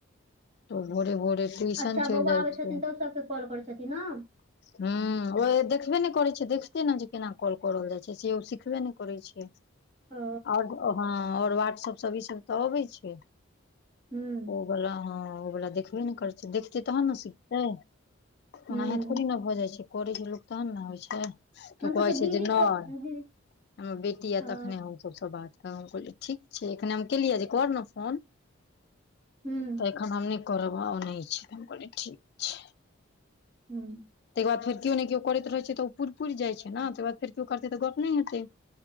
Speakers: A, on the left; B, on the right.
A: तऽ ओ भोरे-भोरे ट्यूशन
B: अच्छा
A: चइल
B: बौआ
A: जाइ
B: आबै
A: छै।
B: छथिन तब सबके कॉल करे छथिन न।
A: हूं ओ ए देखबे नै करै छै देखतै न जे केना कॉल करल जाइ छै से ओ सिखबे नै करै छै।
B: ओ
A: और हँ और वाट्सप सब ईसभ तऽ अबै छै।
B: हूं।
A: बला हँ ओ वला देखबे नै करै छै देखतै तहन न सिखतै।
B: हूँ
A: ओनाहे थोड़ी न भऽ जाइ छै करै छै लोक तहन न होइ छै। तो
B: हम
A: कहै
B: छियै
A: छै
B: दीदी
A: जे नै
B: के
A: हमर
B: दीदी
A: बेटी
B: हँ
A: एत तखने हम सबसऽ बात करब हम कहलियै ठीक छै एखने हम केलियै जे कर न फोन।
B: हूं।
A: तऽ एखन हम नय करब ओ नय छै तऽ हम कहलियै ठीक छ
B: हूं।
A: तयके बाद फेर किओ नैय किओ करैत रहै छै तऽ ओ पुइर-पुइर जाइ छै न तकर बाद फेर किओ करतै तऽ गप नै हेतै।